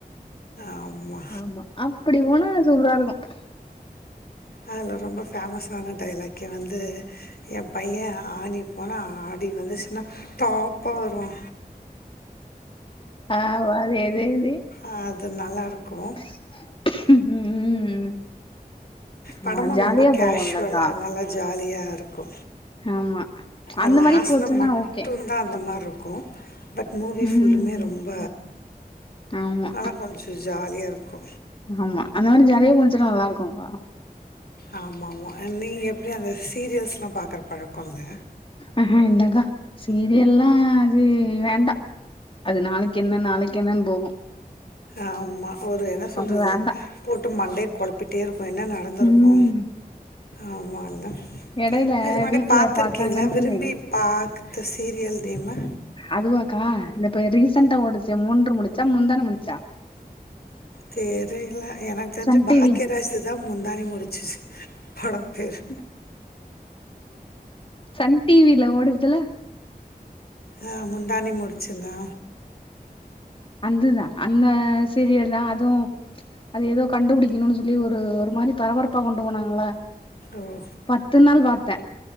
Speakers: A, on the left; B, on the left.
A: ஆமா
B: ஆமா அப்டி போனா சூப்ராருக்கு
A: அதுல ரொம்ப ஃபேமஸான டைலாக்கே வந்து என் பைய ஆணி போனா ஆடி வந்துச்சுன்னா டாப்பா வருவா
B: ஆமா அதே அதே அதே
A: அது நல்லாருக்கு
B: ம் ம் ம் ஆமா
A: படமு
B: ஜாலியா
A: ரொம்ப கேஷுவலா
B: போவோம்லக்கா
A: நல்லா ஜாலியாருக்கு
B: ஆமா அந்த
A: அ லாஸ்ட்ல
B: மாரி போச்சுன்னா
A: மட்டுதா
B: ஓகே
A: அந்த மார்ருக்கு பட் மூவி
B: ம்
A: ஃபுல்லுமே ரொம்ப
B: ஆமா
A: நல்லா கொஞ்சோ ஜாலியா இருக்கு
B: ஆமா அந்த மாரி ஜாலியா போனுச்சுனா நல்லாருக்குகா
A: ஆமா ஆமா நீங்க எப்டி அந்த சீரியஸ்லா பாக்குற பழக்கோ இல்ல
B: ஆஹ இல்லகா சீரியல்லா அது வேண்டா அது நாளைக் என்ன நாளைக் என்னன்னு போகு
A: ஆமா ஒரு என்ன சொல்றது
B: அது வேண்டா
A: போட்டு மண்டைய குழப்பிட்டே இருக்கு என்ன ந நடந்துருக்கு
B: ம்
A: ஆமால்ல
B: எடையில
A: இதுக்கு முன்னாடி
B: வீட்ல
A: பாத்துருக்கீங்ளா
B: பாத்தாங்கன்னு
A: விரும்பி
B: சொல்லி
A: பாத்த சீரியல் நேமு
B: அதுவாக்கா இந்த இப்ப ரீசண்டா ஓடுச்சே மூன்று முடிச்சா முன்தான முடிச்சா
A: தெரில எனக் தெரிஞ்சு
B: சன்
A: பாக்கிய
B: டிவி
A: ராசுதா முந்தாணி முடிச்சு படோ பேரு
B: சன் டிவில ஓட்றதுல
A: ஆ முந்தானி முடிச்சுதா
B: அதுதா அந்த சீரியல்தா அதுவு அது எதோ கண்டுபுடிக்குணுனு சொல்லி ஒரு ஒரு மாரி பரபரப்பா கொண்டு போனாங்களா
A: ஓ
B: பத்து நாள் பாத்த